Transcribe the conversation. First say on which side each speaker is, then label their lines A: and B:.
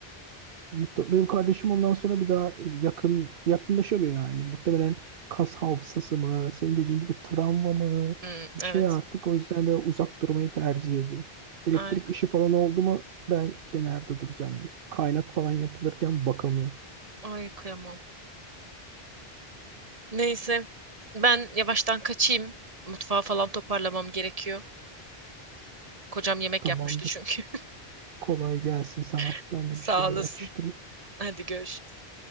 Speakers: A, on the right; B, on the right.
A: Muhte- Benim kardeşim ondan sonra bir daha e, yakın yakınlaşamıyor yani. Muhtemelen kas hafızası mı, senin dediğin gibi travma mı
B: Hmm,
A: bir
B: evet.
A: şey artık o yüzden böyle uzak durmayı tercih ediyor. Elektrik
B: Aynen.
A: işi falan oldu mu ben kenarda duracağım diyor. Kaynak falan yapılırken bakamıyor.
B: Ay kıyamam. Neyse. Ben yavaştan kaçayım. Mutfağı falan toparlamam gerekiyor. Kocam yemek
A: Tamamdır.
B: yapmıştı çünkü.
A: Kolay gelsin sana.
B: <laughs>
A: Ben de
B: Sağ
A: bir şeyler
B: olasın.
A: atıştırayım.
B: Hadi görüşürüz.